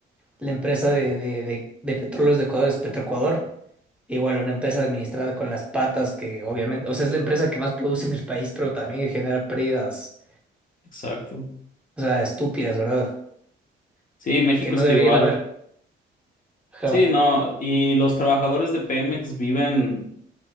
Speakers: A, in the centre; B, on the left.
A: la empresa de, de, de, de petróleos de Ecuador, es Petroecuador. Igual una empresa administrada con las patas que obviamente, o sea, es la empresa que más produce en el país, pero también genera pérdidas,
B: Exacto.
A: o sea, estúpidas, ¿verdad?
B: Sí, México
A: Que no
B: está
A: deberían
B: igual.
A: haber. Ajá.
B: Sí, no, y los trabajadores de Pemex viven